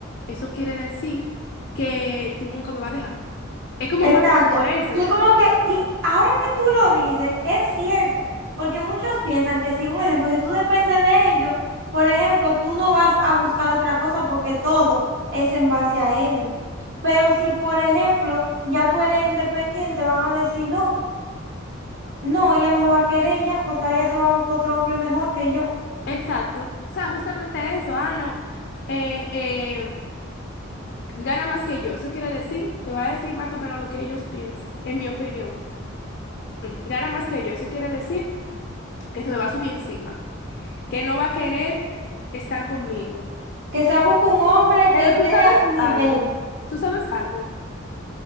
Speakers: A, on the left (about 55°); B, on the right (about 65°).
A: eso quiere decir que tú nunca me vas a dejar. Es como
B: Exacto.
A: más por eso.
B: Y es como que, y ahora que tú lo dices, es cierto, porque muchos piensan que si un ejemplo, si tú dependes de ellos, por ejemplo, tú no vas a buscar otra cosa porque todo es en base a ellos. Pero si, por ejemplo, ya tú eres independiente, van a decir, no, no, ella no me va a querer ya, porque ahora ella se va a buscar otro hombre mejor que yo.
A: Exacto. O sea, justamente eso, ah, no. eh, eh, gana más que yo. Eso quiere decir, te va a decir más o menos lo que ellos piensan, en mi opinión. Gana más que yo. Eso quiere decir que se me va a subir encima, que no va a querer estar conmigo.
B: Que se busque un hombre
A: Pero
B: que esté
A: tú sabes
B: a su nivel.
A: algo, tú sabes algo.